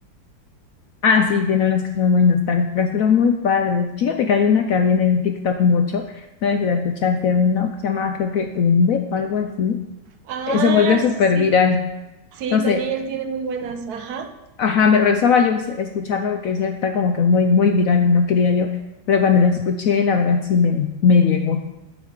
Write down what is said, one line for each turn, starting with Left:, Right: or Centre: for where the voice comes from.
Left: Ah, sí, tiene unas que son muy nostálgicas, pero muy padres. Fíjate que hay una que viene en TikTok mucho, no sé si la escuchaste, uno que se llama creo que Umbe o algo así.
Right: Ah,
Left: Eh, se volvió súper
Right: sí, sí.
Left: viral.
Right: Sí,
Left: No sé,
Right: también él tiene muy buenas, ajá.
Left: ajá, me rehusaba yo s- escucharla porque decía, está como que muy, muy viral y no quería yo, pero cuando la escuché, la verdad sí me, me llegó.